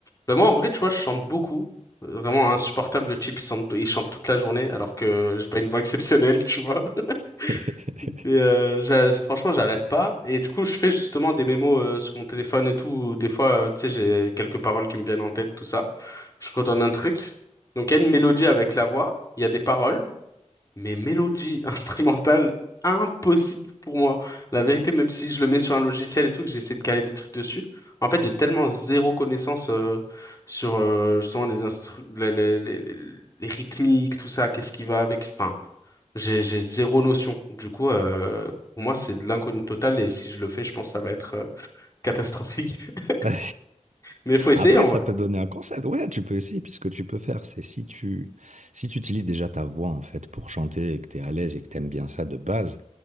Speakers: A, on the left; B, on the right.
A: Bah moi, en vrai, tu vois, je chante beaucoup. Euh, Vraiment insupportable, le type, il chante, il chante toute la journée, alors que j'ai pas une voix exceptionnelle, tu vois. <laughs>
B: <laughs>
A: Et euh, j'a- franchement, j'arrête pas. Et du coup, je fais justement des mémos euh, sur mon téléphone et tout. où Des fois, euh, tu sais, j'ai quelques paroles qui me viennent en tête, tout ça. Je redonne un truc. Donc, il y a une mélodie avec la voix, il y a des paroles mais mélodie <laughs> instrumentale, impossible pour moi. La vérité, même si je le mets sur un logiciel et tout, que j'essaie de caler des trucs dessus, en fait, j'ai tellement zéro connaissance euh, sur euh, justement les, instru les, les, les, les- les rythmiques, tout ça, qu'est-ce qui va avec. Enfin, j'ai, j'ai zéro notion. Du coup, euh, pour moi, c'est de l'inconnu total et si je le fais, je pense que ça va être euh, catastrophique. <laughs>
B: <laughs>
A: Mais il faut essayer
B: Après,
A: en
B: ça
A: vrai.
B: peut donner un concept. Ouais, tu peux essayer, puis ce que tu peux faire, c'est si tu si tu utilises déjà ta voix en fait pour chanter et que tu es à l'aise et que tu aimes bien ça de base,